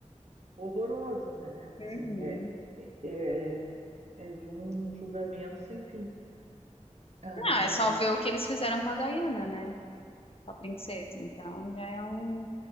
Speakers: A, on the right; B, on the left.
A: horroroso, né?
B: Uhum.
A: Assim, é, é, é é de um julgamento sem fim. Ah,
B: Não, é só ver o que eles fizeram com a Diana, né? Com a princesa. Então, já é um,